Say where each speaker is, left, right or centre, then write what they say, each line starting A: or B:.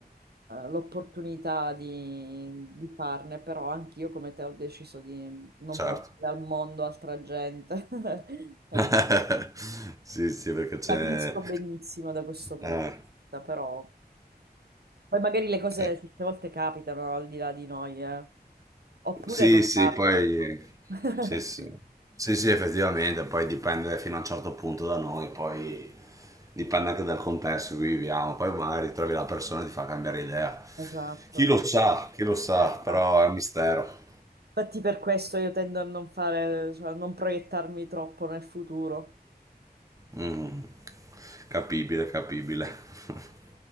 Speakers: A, on the right (about 75°); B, on the right (about 20°).
A: eh, l'opportunità di, di farne, però anch'io come te ho deciso di non
B: Certo.
A: mettere al mondo altra gente. <laughs> E
B: <laughs> Sì, sì, perché ce
A: Capisco
B: n'è
A: benissimo da questo punto
B: Eh,
A: di vista, però poi magari le cose
B: eh,
A: certe volte capitano al di là di noi, eh. Oppure
B: sì,
A: non
B: sì,
A: capitano.
B: poi sì, sì.
A: <laughs>
B: Sì, sì, effettivamente, poi dipende fino a un certo punto da noi, poi dipende anche dal contesto in cui viviamo, poi magari trovi la persona e ti fa cambiare idea.
A: Esatto,
B: Chi lo sa, chi lo sa,
A: esatto.
B: però è un mistero.
A: Infatti per questo io tendo a non fare, cioè a non proiettarmi troppo nel futuro.
B: Mm. Capibile, capibile. <laughs>